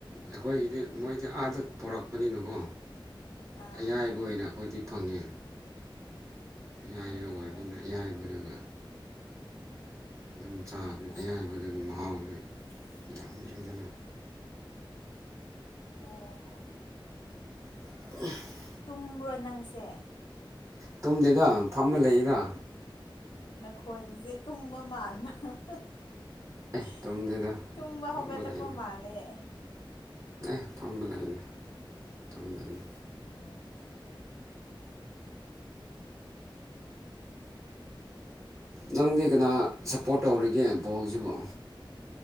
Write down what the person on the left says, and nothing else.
ꯑꯥ
ꯑꯣ
ꯑꯣ ꯑꯣ
ꯑꯣ
ꯇꯨꯝꯕ꯭ꯔꯣ ꯅꯪꯁꯦ
ꯅꯈꯣꯟꯖꯦ ꯇꯨꯝꯕ ꯃꯥꯟꯕ <unintelligible>
<unintelligible>
ꯇꯨꯝꯕ
ꯍꯧꯒꯠꯂꯛꯄ
ꯃꯥꯜꯂꯦ
<unintelligible>